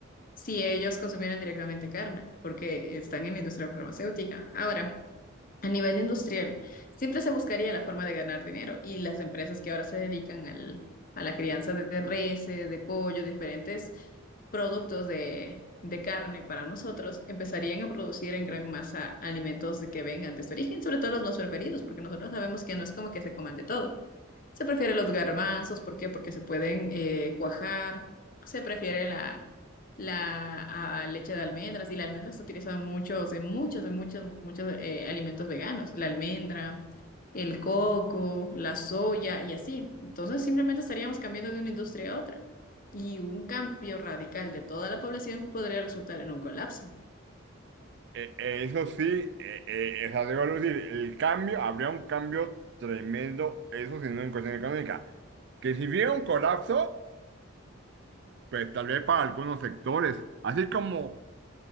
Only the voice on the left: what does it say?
si ellos consumieran directamente carne porque están en la industria farmacéutica. Ahora. A nivel industrial, siempre se buscaría la forma de ganar dinero y las empresas que ahora se dedican al- a la crianza de reses, de pollo, diferentes productos de, de carne para nosotros, empezarían a producir en gran masa alimentos que vengan de este origen, sobre todo los más preferidos, porque nosotros sabemos que no es como que se coman de todo. Se prefieren los garbanzos, ¿por qué? Porque se pueden eh, cuajar. Se prefiere la, la ah, leche de almendras y la almendra se utiliza mucho en muchos, en muchos, muchos eh, alimentos veganos. La almendra, el coco, la soya y así. Entonces simplemente estaríamos cambiando de una industria a otra. Y un cambio radical de toda la población podría resultar en un colapso.